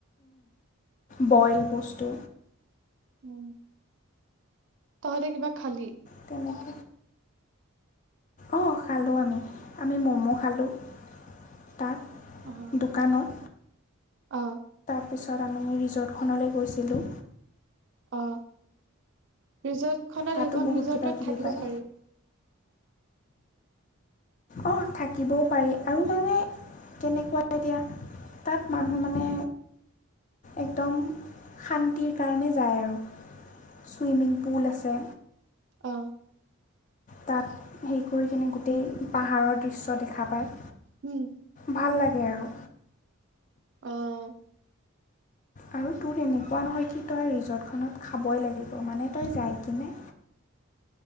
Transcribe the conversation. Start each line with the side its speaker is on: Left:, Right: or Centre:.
Left: বইল বস্তু।
Right: উ তহতে কিবা খালি?
Left: তেনেক অঁ খালোঁ আমি আমি ম'ম' খালোঁ তাত
Right: আহ
Left: দোকানত
Right: আহ
Left: তাৰপিছত আমি ৰিজৰ্টখনলৈ গৈছিলোঁ
Right: অ ৰিজট খত
Left: তাতো
Right: সেইখন
Left: বহুত
Right: ৰিজৰ্টত
Left: কিবা কিবি
Right: থাকিব
Left: পায়
Right: পাৰি
Left: অঁ থাকিবও পাৰি আৰু মানে কেনেকুৱা এতিয়া তাত মানুহ মানে একদম শান্তিৰ কাৰণে যায় আৰু ছুইমিং পুল আছে
Right: অ
Left: তাত হেৰি কৰি কিনে গোটেই পাহাৰৰ দৃশ্য দেখা পায়
Right: উম
Left: ভাল লাগে আৰু
Right: আহ
Left: আৰু তোৰ এনেকুৱা নহয় কি তই ৰিজৰ্টখনত খাবই লাগিব মানে তই যাই কিনে